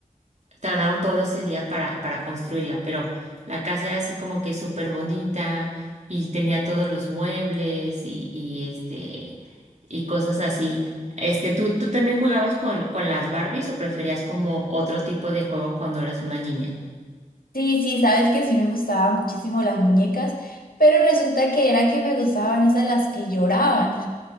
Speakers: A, on the right (about 50°); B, on the left (about 80°).
A: tardaron todo ese día para, para construirla, pero la casa era así como que súper bonita y tenía todos los muebles y, y, este y cosas así. Este, ¿tú, tú también jugabas con, con las Barbies o preferías como otro tipo de juego cuando eras una niña?
B: Sí, sí, sabes que sí me gustaban muchísimo las muñecas, pero resulta que era que me gustaban esas las que lloraban.